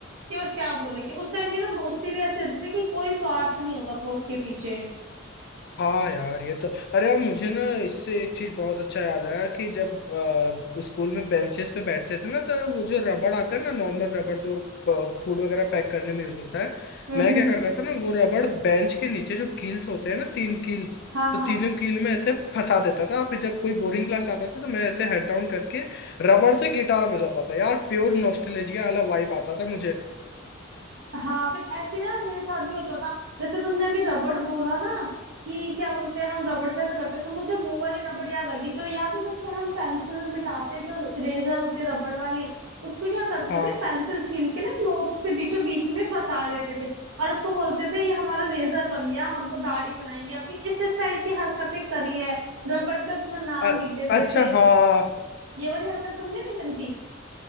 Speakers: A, on the right; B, on the left.
A: कि बस क्या बोले कि उस टाइम की तो दोस्ती भी ऐसी होती थी कि कोई स्वार्थ नहीं होता था उसके पीछे
B: हाँ यार ये तो अरे यार मुझे ना इससे एक चीज बहुत अच्छा याद आया कि जब अ, स्कूल में बेंचेस पे बैठते थे ना तो वो जो रबड़ आता है ना नॉर्मल रबड़ जो फूड वगैरह पैक करने में यूज होता है
A: हम्म
B: मैं
A: हम्म
B: क्या करता था ना वो रबड़ बेंच के नीचे जो कील्स होते हैं ना तीन कील्स
A: हाँ हाँ
B: तो तीनों कील में ऐसे फंसा देता था फिर जब कोई बोरिंग क्लास आता था तो मैं ऐसे हेड डाउन करके रबड़ से गिटार बजाता था यार प्योर नॉस्टैल्जिया वाला वाइब आता था मुझे
A: हाँ फिर ऐसे ही ना मेरे साथ भी होता था जैसे तुमने अभी रबड़ बोला ना कि क्या बोलते हैं हम रबड़ से ऐसा करते थे मुझे वो वाली रबड़ याद आ गई जो याद है जिससे हम पेंसिल मिटाते जो इरेजर होती है रबड़ वाली उसको क्या करते
B: हाँ
A: थे पेंसिल छील के ना नोक से बीचों बीच में फंसा देते थे और उसको बोलते थे ये हमारा रेजर बन गया हम तो दाढ़ी बनाएंगे अपनी इस इस टाइप की हरकतें करी है रबड़ पे अपना नाम
B: अ-
A: लिख देते
B: अच्छा
A: थे
B: हाँ
A: ये वाली हरकत तुमने भी करी थी